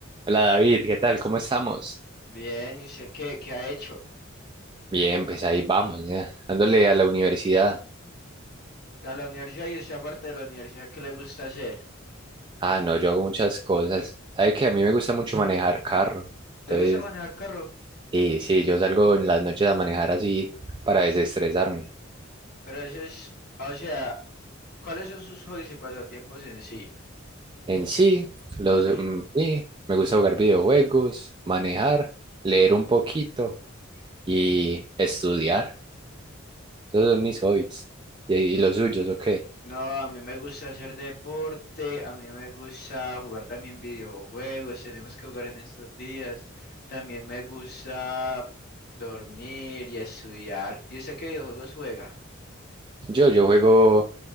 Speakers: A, on the right; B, on the left.
A: Hola David, ¿qué tal? ¿Cómo estamos?
B: Bien, ¿y usted qué? ¿Qué ha hecho?
A: Bien, pues ahí vamos, ya, Dándole a la universidad.
B: A la universidad y usted aparte de la universidad, ¿qué le gusta hacer?
A: Ah, no, yo hago muchas cosas. ¿Sabes que A mí me gusta mucho manejar carro.
B: Le
A: Entonces,
B: gusta manejar carro,
A: sí, sí, yo salgo en las noches a manejar así para desestresarme.
B: pero eso es, o sea, ¿cuáles son sus hobbies y pasatiempos en sí?
A: En sí, los,
B: Sí.
A: mm, sí, me gusta jugar videojuegos, manejar, leer un poquito y estudiar. Esos son mis hobbies. ¿Y, y los suyos o
B: No, a mí me gusta hacer deporte, a mí me gusta jugar también videojuegos, tenemos que jugar en estos días. También me gusta dormir y estudiar. ¿Y usted qué videojuegos juega?
A: Yo, yo juego